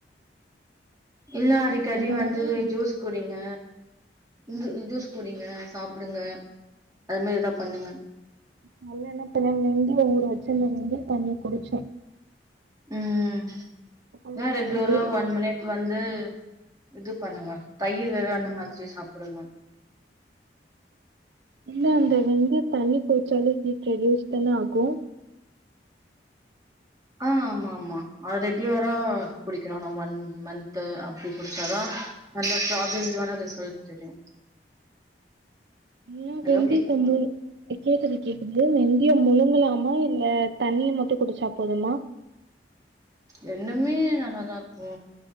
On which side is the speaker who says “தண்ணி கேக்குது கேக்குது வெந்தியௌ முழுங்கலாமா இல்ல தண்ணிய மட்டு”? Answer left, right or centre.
Right